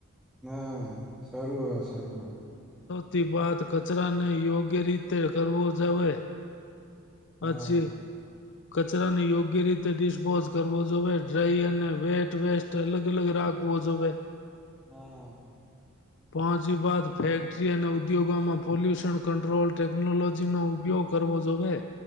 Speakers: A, in the centre; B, on the left.
A: હા સારું, હા સારું હા.
B: <unintelligible> વાત કચરાને યોગ્ય રીતે કરવો જોવે. પછી
A: હા
B: કચરાને યોગ્ય રીતે ડિસ્પોઝ કરવો જોવે. ડ્રાય અને વેટ વેસ્ટ અલગ-અલગ રાખવો જોવે.
A: હા.
B: પહોંચી બાદ ફેક્ટરી અને ઉદ્યોગોમાં પોલ્યુશન કંટ્રોલ ટેક ટેકનોલોજી નો ઉપયોગ કરવો જોવે.